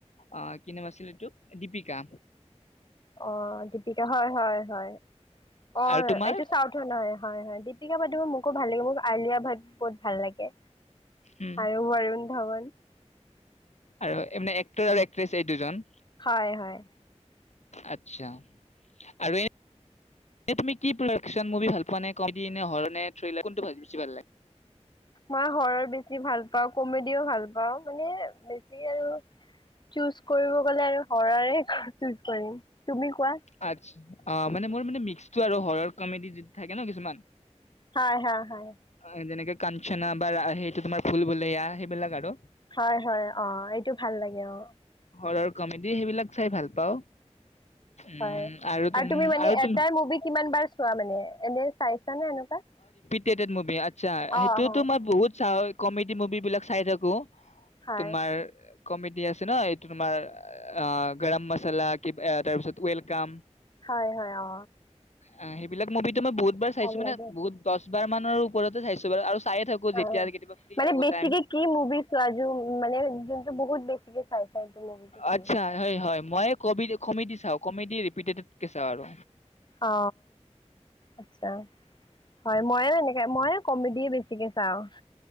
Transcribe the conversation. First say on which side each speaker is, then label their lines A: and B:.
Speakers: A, on the left; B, on the left.
A: অ কি নাম আছিল এইটো দীপিকা
B: অ দীপিকা হয় হয় হয় অ
A: আৰু তোমাৰ
B: এইটো চাও ধ নহয় হয় হয় দীপিকা পাডুকন মোক ব ভাল লাগে মোক আলিয়া ভাট বহুত ভাল লাগে
A: উম
B: আৰু বাৰ ধাৱন
A: আৰু এ মানে এক্টৰ আৰু এক্ট্ৰেছ এই দুজন
B: হয় হয়
A: আচছা আৰু তুমি কি প্ৰডাকচন মুভি ভাল পোৱা নে কম নে হৰৰ নে থৱেলৰ কোনটো ভাল বেছি ভাল লাগে
B: মই হৰৰ বেছি ভাল পাওঁ কমেডিও ভাল পাওঁ মানে বেছি আৰু চুজ কৰিব গলে আৰু হৰৰে চুজ কৰিম তুমি কোৱা
A: আতছ অ মানে মোৰ মানে মিক্সটো আৰু হৰৰ কমেডি য থাকে ন কিছুমান
B: হয় হয়
A: আহ, যেনেকে কাঞ্চনা বা সেইটো তোমাৰ ভূল-ভূলাইয়া সেইবিলাক আৰু
B: হয় হয় অ এইটো ভাল লাগে অ
A: হৰৰ কমেডি সেইবিলাক চাই ভাল পাওঁ উম
B: হয় আৰু
A: তুম
B: তুমি মানে
A: তুম
B: এটাই মুভি কিমান বাৰ চোৱা মানে এনে চাইছা নে এনেকুৱা
A: <unintelligible> মুবি আত সেইটোতো
B: অ হয়
A: মই বহুত চাওঁ কমেডি মুভি বিলাক চাই থাকো
B: হয়
A: তোমাৰ কমেডি আছে ন এইটো তোমাৰ অ গৰম মচালা তাৰ পিছত ৱেলকাম
B: হয় হয় অ
A: অ সেইবিলাক মভিটো মই বহুতবাৰ চাইছো
B: ভাল
A: মানে
B: লাগে
A: বহুত বাৰ বাৰ মানৰ ওপৰতে চাইছো বাৰু আৰু চায়ে থাকো
B: অ
A: যেতিয়া কেতিয়াবা ফ্ৰী
B: মানে
A: থাকো
B: বেছিকে
A: টাইম
B: কি মুভি চোৱা য মানে যোনটো বহুত বেছিকে চাইছা এইটো মুভিটো কি?
A: আচ্ছা হয় হয় মই কবিৰ কমিদি চাওক কমেডি ৰিপিটেডড কে চাও আৰু
B: অ আচ্ছা হয় মই এনেকৈ মইয়ে কমেডি বেছিকে চাওঁ